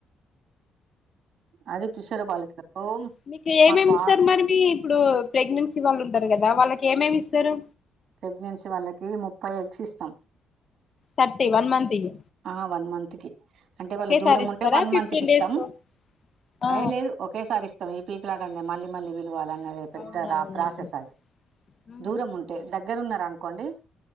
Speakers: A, on the right; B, on the left.
A: అది కిషోర బాలికలకు
B: మీకేమేమి
A: మాకు బా
B: ఇస్తరు మరి మీ ఇప్పుడు ప్రెగ్నెన్సీ వాళ్ళు ఉంటరు కదా వాళ్ళకి ఏమేమి ఇస్తరు
A: ప్రెగ్నెన్సీ వాళ్ళకి ముప్పై ఎగ్స్ ఇస్తం
B: థర్టి వన్ మంత్ కి
A: ఆ వన్ మంత్ కి అంటే వాళ్ళు
B: ఒకేసారి
A: దూరం
B: ఇస్తారా
A: ఉంటే వన్
B: ఫిఫ్టీన్
A: మంత్ కి ఇస్తం
B: డేస్ కో ఆ
A: యే లేదు ఒకేసారి ఇస్తం ఎ పి ఎలాడండి <unintelligible> మల్లి మల్లి వాల్లన్నదే పెద్ద
B: అవునవునవును
A: ప్రాసెస్ అది
B: ఉమ్,
A: దూరం ఉంటే దగ్గరున్న అనుకోండి